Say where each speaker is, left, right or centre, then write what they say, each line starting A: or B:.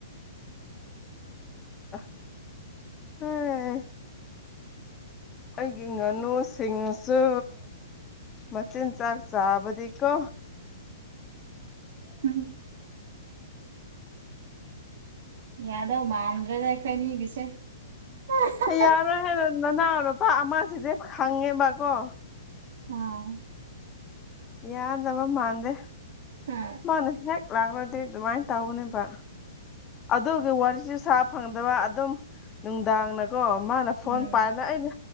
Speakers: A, on the left; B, on the right.
A: ꯑꯥ ꯍꯥꯏ ꯑꯩꯒꯤ ꯉꯥꯅꯨꯁꯤꯡꯁꯨ ꯃꯆꯤꯟꯖꯥꯛ ꯆꯥꯕꯗꯤ ꯀꯣ
B: ꯎꯝ ꯌꯥꯗꯧ ꯃꯥꯟꯗ꯭ꯔꯦꯗ ꯑꯈꯣꯏꯅꯤꯒꯤꯁꯦ <unintelligible>
A: ꯌꯥꯔꯣꯏ ꯍꯥꯏꯕ ꯅꯅꯥꯎ ꯅꯨꯄꯥ ꯑꯃꯥꯁꯤꯗꯤ ꯈꯪꯉꯦꯕꯀꯣ
B: ꯎꯝ
A: ꯌꯥꯗꯕ ꯃꯥꯟꯗꯦ
B: ꯎꯝ
A: ꯃꯅ ꯍꯦꯛ ꯂꯥꯛꯔꯗꯤ ꯑꯗꯨꯃꯥꯏꯟ ꯇꯧꯕꯅꯦꯕ ꯑꯗꯨꯒꯤ ꯋꯥꯔꯤꯁꯨ ꯁꯥ ꯐꯪꯗꯕ ꯑꯗꯨꯝ ꯅꯨꯡꯗꯥꯡꯅ ꯀꯣ ꯃꯥꯅ ꯐꯣꯟ
B: ꯎꯝ
A: ꯄꯥꯏꯅ ꯑꯩꯗꯤ